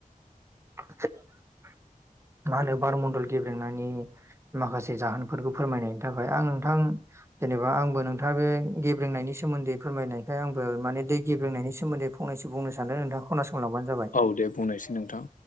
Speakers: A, on the right; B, on the left.
A: <unintelligible> मा होनो बारमण्डल गेब्रेंनायनि माखासे जाहोनफोरखौ फोरमायनायनि थाखाय आं नोंथां जेनेबा आंबो <unintelligible> नोंथाङा बे गेब्रेंनायनि सोमोन्दै फोरमायनायखाय आं माने दै गेब्रेंनायनि सोमोन्दै फंनैसो बुंनो सानदों नोंथाङा खोनासंलांबानो जाबाय।
B: औ दे बुंनायसै नोंथां